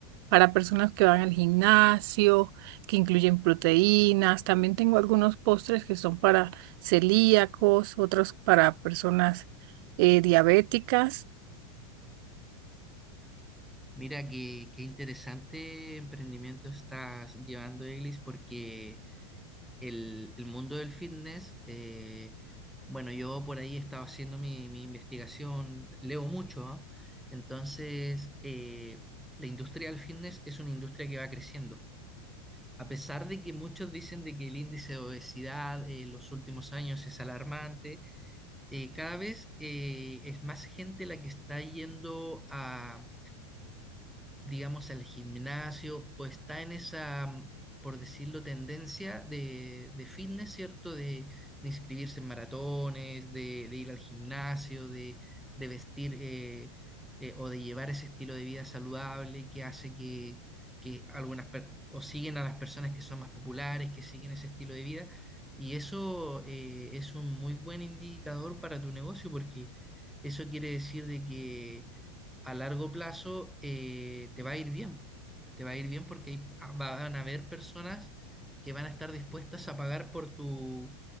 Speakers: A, on the right; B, in the centre.
A: para personas que van al gimnasio, que incluyen proteínas. También tengo algunos postres que son para celíacos, otros para personas eh, diabéticas.
B: Mira qué, qué interesante emprendimiento estás llevando, Eglis, porque el, el mundo del fitness, eh, bueno, yo por ahí estaba haciendo mi, mi investigación, leo mucho, ¿ah? Entonces, eh, la industria del fitness es una industria que va creciendo. A pesar de que muchos dicen de que el índice de obesidad eh, en los últimos años es alarmante, eh, cada vez eh, es más gente la que está yendo a digamos, al gimnasio o está en esa, por decirlo, tendencia de, de fitness, ¿cierto? De, de inscribirse en maratones, de, de ir al gimnasio, de, de vestir eh, eh, o de llevar ese estilo de vida saludable que hace que, que algunas, per- o siguen a las personas que son más populares, que siguen ese estilo de vida. Y eso eh, es un muy buen indicador para tu negocio porque eso quiere decir de que a largo plazo eh, te va a ir bien. Te va a ir bien porque hay- van a haber personas que van a estar dispuestas a pagar por tu,